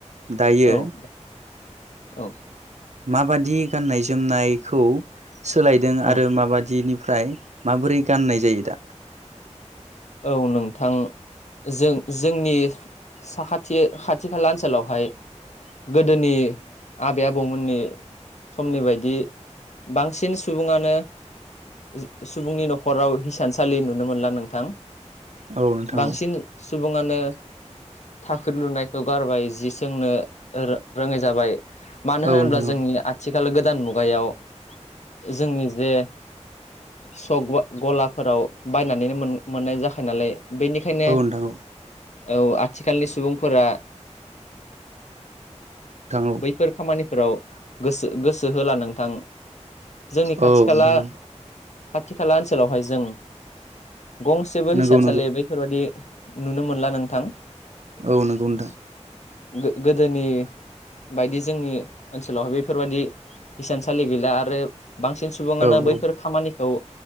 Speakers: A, on the right; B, on the left.
A: दायो
B: औ औ।
A: माबादि गाननाय जोमनायखौ सोलायदों
B: औ
A: आरो माबादि नि। फ्राय माबोरै गाननाय जायो दा।
B: औ नोंथां। जों जोंनि साखाथि खाथि खाला ओनसोलावहाय। गोदोनि आबै आबौमोननि। समनि बायदि बांसिन सुबुंङानो जि सुबुंनि न'खराव हिसानसालि नुनो मोनला नोंथां।
A: औ नोंथां
B: बांसिन
A: औ
B: सु बुंङानो थाखोद लुनायखौ गारबाय जि सोंनो रो रोङै जाबाय। मानो
A: औ
B: होनोब्ला
A: नोंथां
B: जोंनि
A: औ
B: आथिखाल गोदान मुगायाव जोंनि जे सग गवा गलाफोराव बायनानैनो मोन मोननाय जाखायो नालाय बैनिखायनो।
A: औ नोंथां
B: औ आथिखालनि सुबुंफोरा।
A: औ
B: बैफोर खामानिफोराव गोसो गोसो होला नोंथां। जोंनि खाथि
A: औ
B: खाला।
A: नोंथां
B: खाथि खाला ओनसोलावहाय जों गंसेबो हिसानसालि
A: औ नोंथां औ नंगौ
B: बैफोरबादि। नुनो मोनला नोंथां।
A: औ नोंगौ नोंथां।
B: गो-गोदोनि। बायदि जोंनि ओनसोलावहाय बैफोरबादि हिसानसालि गैला आरो बांसिन सुबुंङानो
A: औ औ
B: बैफोर खामानिखौ